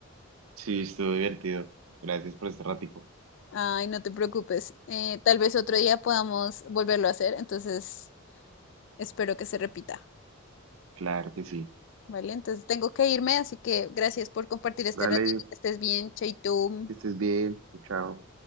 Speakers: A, on the right; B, on the left.
A: Sí, estuvo divertido. Gracias por este ratico.
B: Ay, no te preocupes. Eh, tal vez otro día podamos volverlo a hacer, entonces espero que se repita,
A: Claro que sí.
B: ¿vale? Entonces tengo que irme, así que gracias por compartir este
A: Dale,
B: ratito. Que estés bien, Chaito.
A: que estés bien. Chao.